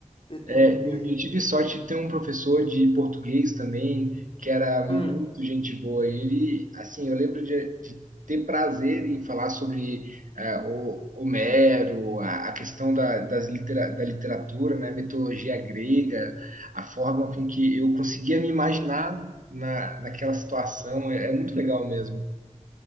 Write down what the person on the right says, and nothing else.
É,
eu, eu tive sorte de ter um professor de português também, que era
muito gente boa. Ele, assim, eu lembro de, de ter prazer em falar sobre eh, o Homero, a, a questão da, das litera, da literatura, né, mitologia grega, a forma com que eu conseguia me imaginar na, naquela situação. É, é muito legal mesmo.